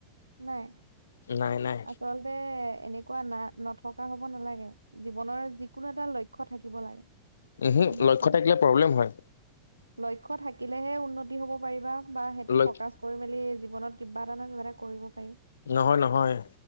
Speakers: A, on the right; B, on the left.
A: নাই,
B: নাই, নাই।
A: আচলতে এনেকুৱা না নথকা হ'ব নালাগে। জীৱনৰ যিকোনো এটা লক্ষ্য থাকিব লাগে।
B: সেই
A: গম পাইছা
B: লক্ষ্য
A: নাই
B: থাকিলে প্ৰব্লেম হয়।
A: লক্ষ্য থাকিলেহে উন্নতি হ'ব পাৰিবা বা সেইটোত
B: লক্ষ
A: ফকাচ কৰি মেলি জীৱনত কিবা এটা নহয় কিবা এটা কৰিব পাৰি।
B: নহয়, নহয়।